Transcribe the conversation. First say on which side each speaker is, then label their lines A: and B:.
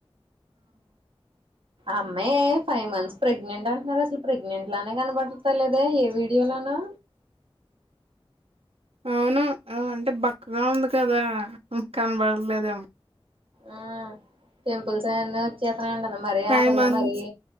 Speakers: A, on the right; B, on the right.
A: అమ్మాయి ఫైవ్ మంత్స్ ప్రెగ్నెంట్ అంటున్నారు అసలు ప్రెగ్నెంట్ లానే కనపడతా లేదే ఏ వీడియోలోను
B: అవును ఆ అంటే బక్ క్కగా ఉంది కదా కనపడట్లేదోమో
A: ఆ టెంపుల్స్ సను చెప్ అంటానా మరీ
B: ఫైవ్
A: ఆ పిల్ల
B: మంత్స్
A: మరి